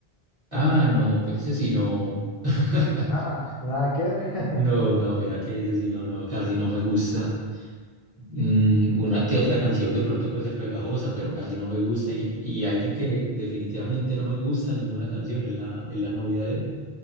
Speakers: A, on the right (about 35°); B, on the left (about 45°).
A: ah, no, pues ese sí no. <laughs>
B: Nada, nada que ver. <laughs>
A: No, no, mira que ese sí no, no, casi no me gusta. Mm, una que otra canción de pronto puede ser pegajosa, pero casi no me gusta. Y, y alguien que definitivamente no me gusta ninguna canción es la, es la novia de él.